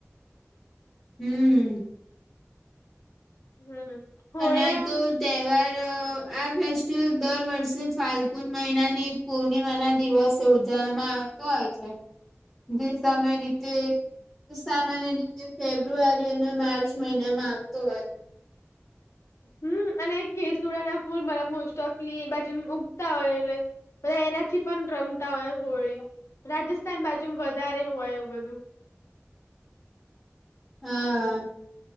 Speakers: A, in the centre; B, on the left.
A: હમ
B: હમ હોળી
A: અને
B: એમ
A: તો તહેવાર આ ફેસ્ટિવલ દર વર્ષે ફાલ્ગુન મહિનાની પૂર્ણિમા ના દિવસ ઉજવવામાં આવતો હોય છે જે સામાન્ય રીતે સામાન્ય રીતે ફેબ્રુઆરી અને માર્ચ મહિનામાં આવતો હોય
B: હમ અને કેસુડા ના ફૂલ મરા મોસ્ટ ઓફલી બાજુ ઉગતા હોય એટલે બા એનાથી પણ રમતા હોય હોળી રાજસ્થાન બાજુ વધારે હોય એવું બધું
A: હા